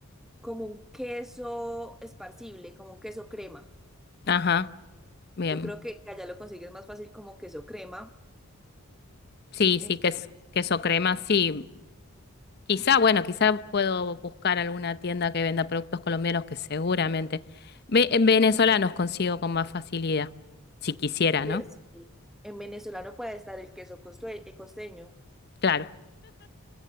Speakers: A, in the centre; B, on the left.
A: como un queso esparcible, como un queso crema.
B: Ajá, bien.
A: Yo creo que allá lo consigues más fácil como queso crema.
B: Sí, sí,
A: Entonces,
B: queso, queso crema, sí. Quizá, bueno, quizá puedo buscar alguna tienda que venda productos colombianos que seguramente ve- venezolanos consigo con más facilidad, si quisiera,
A: pero
B: ¿no?
A: sí, en venezolano puede estar el queso costue- eh, costeño.
B: Claro.